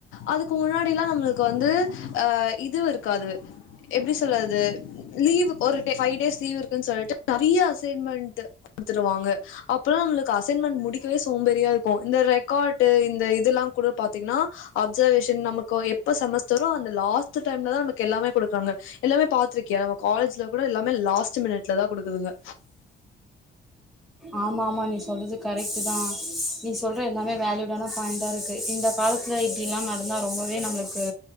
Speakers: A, on the left; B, in the centre.
A: அதுக்கு முன்னாடிலா நம்ளுக்கு வந்து அ இதுவு இருக்காதுவெ எப்டி சொல்லது லீவுக் ஒரு டே ஒரு ஃபைவ் டேஸ் லீவு இருக்குன் சொல்ட்டு நெறைய அசைன்மெண்ட்டு குடுத்துருவாங்க அப்றோ நம்ளுக் க்க அசைன்மெண்ட் முடிக்கவே சோம்பேறியா இருக்கு இந்த ரெக்காட்டு இந்த இதெல்லாங் கூட பாத்தீங்கினா அப்சர்வேஷன் நமக்கோ எப்ப செமஸ்டரோ அந்த லாஸ்ட்டு டைம்லதா நமக் கு எல்லாமே குடுக்றாங்க எல்லாமே பாத்ருக்கியா நம்ம காலேஜ்ல கூட எல்லாமே லாஸ்ட்டு மினிட்லதா குடுக்குதுங்க
B: ஆமா ஆமா நீ சொல்றது கரெக்ட்டுதா நீ சொல்ற எல்லாமே வேல்யூடான பாயிண்டா இருக்கு இந்த காலத் ல இப்டிலா நடந்தா ரொம்பவே நம்ளக்கு